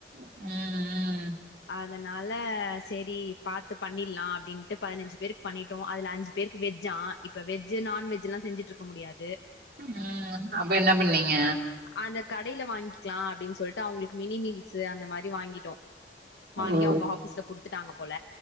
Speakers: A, on the right; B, on the left.
A: ம் ம்
B: அதுனால சரி பாத்து பண்ணில்லா அப்டின்ட்டு பதினஞ்சு பேருக்கு பண்ணிட்டோ அதுல அஞ்சு பேருக்கு வெஜ்ஜா இப்ப வெஜ்ஜு நான்வெஜ்ஜல்லா செஞ்சுட்டு இருக்க முடியாது
A: ம் ம் அப்ப என்ன பண்ணீங்க
B: அந்த கடேல வாங்கிக்கலா அப்டின் சொல்ட்டு அவுங்களுக்கு மினி மீல்ஸு அந்த மாரி வாங்கிட்டோ வாங்கி
A: ஓ
B: அவுங்க ஆஃபீஸ்ல குடுத்துட்டாங்க போல